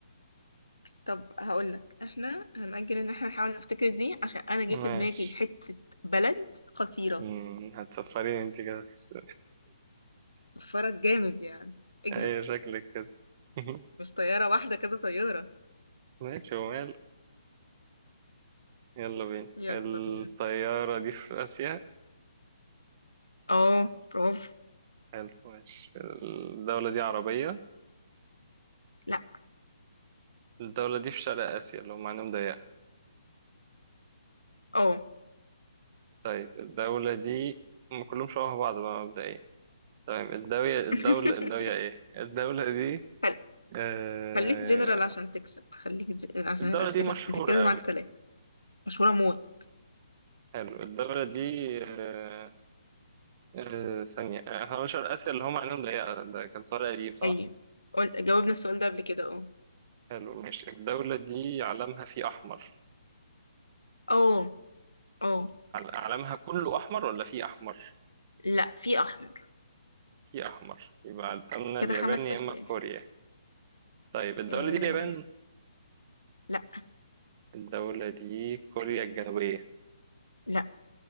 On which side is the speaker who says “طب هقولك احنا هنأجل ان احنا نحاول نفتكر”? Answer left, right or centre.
Left